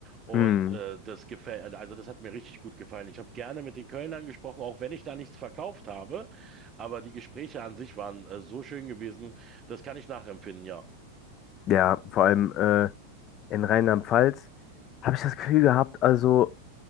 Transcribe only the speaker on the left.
Hm.
Ja, vor allem äh, in Rheinland-Pfalz. Habe ich das Gefühl gehabt, also